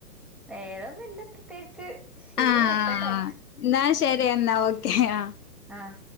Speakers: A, in the centre; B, on the left.
A: വേദൊന്നും ഇല്ല പ്രത്യേകിച്ച് ശരിയന്ന
B: ആഹ്
A: വെച്ചോട്ടെ
B: എന്നാ ശരി എന്നാ ഓക്കേ ആഹ്
A: ആഹ്